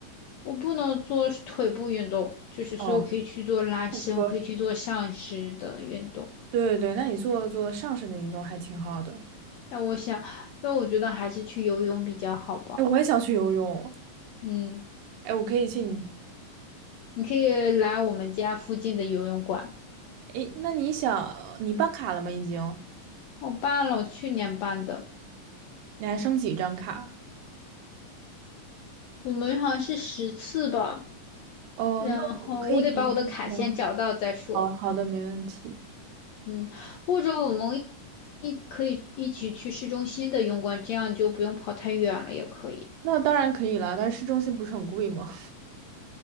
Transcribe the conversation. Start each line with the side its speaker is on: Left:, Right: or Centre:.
Left: 我不能做腿部运动，就是所以我可以去做拉伸，
Right: 哦，他说
Left: 我可以去做上肢的运动。
Right: 对对对，那你做做上身的运动还挺好的。
Left: 但我想，那我觉得还是去游泳比较好吧。
Right: 哎，我也想去游泳。
Left: 嗯，
Right: 哎，我可以去你。
Left: 你可以来我们家附近的游泳馆，
Right: 哎，那你想你办卡了吗？已经？
Left: 我办了，我去年办的，
Right: 你还剩几张卡？
Left: 我们好像是十次吧。
Right: 哦，
Left: 然后我得把我的卡先找到再说。
Right: 那我可以给你寄吗？好好的，没问题。
Left: 嗯，或者我们一可以一起去市中心的泳馆，这样你就不用跑太远了，也可以。
Right: 那当然可以了，但是市中心不是很贵吗？